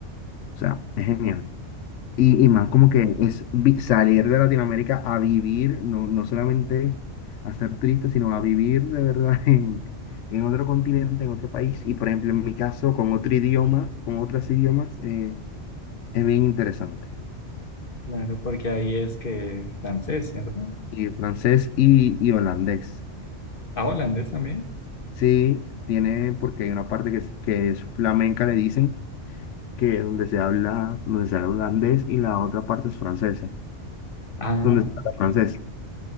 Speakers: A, on the left; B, on the left.
A: o sea, es genial. Y, y más como que es vi- salir de Latinoamérica a vivir, no, no solamente a ser triste, sino a vivir de verdad <laughs> en, en otro continente, en otro país. Y por ejemplo, en mi caso, con otro idioma, con otros idiomas, eh, es bien interesante.
B: Claro, porque ahí es que francés, ¿cierto?
A: Y francés y, y holandés.
B: Ah, holandés también.
A: Sí, tiene, porque hay una parte que es, que es flamenca, le dicen, que es donde se habla, donde se habla holandés y la otra parte es francesa,
B: Ah,
A: donde se habla
B: ok.
A: francés.